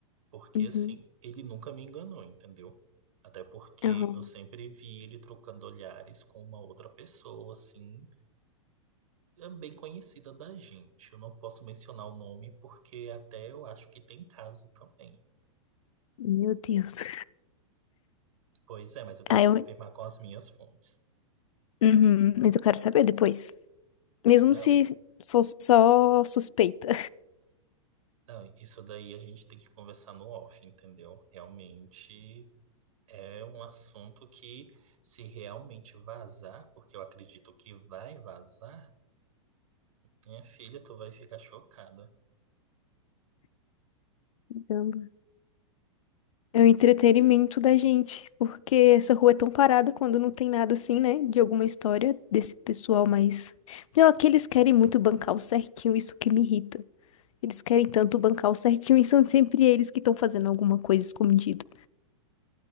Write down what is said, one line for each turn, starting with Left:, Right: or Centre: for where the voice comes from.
Right: Porque,
Left: Uhum.
Right: assim, ele nunca me enganou, entendeu? Até porque
Left: Aham.
Right: eu sempre vi ele trocando olhares com uma outra pessoa, assim, é bem conhecida da gente. Eu não posso mencionar o nome porque até eu acho que tem caso também.
Left: Meu Deus.
Right: Pois é, mas eu tenho
Left: Ah,
Right: que
Left: eu...
Right: confirmar com as minhas fontes.
Left: Uhum, mas eu quero saber depois. Mesmo
Right: Não,
Left: se for só suspeita.
Right: não, isso daí a gente tem que conversar no off, entendeu? Realmente é um assunto que, se realmente vazar, porque eu acredito que vai vazar, minha filha, tu vai ficar chocada.
Left: <laughs> É o entretenimento da gente, porque essa rua é tão parada quando não tem nada assim, né? De alguma história desse pessoal, mas. Pior que eles querem muito bancar o certinho, isso que me irrita. Eles querem tanto bancar o certinho e são sempre eles que estão fazendo alguma coisa escondido.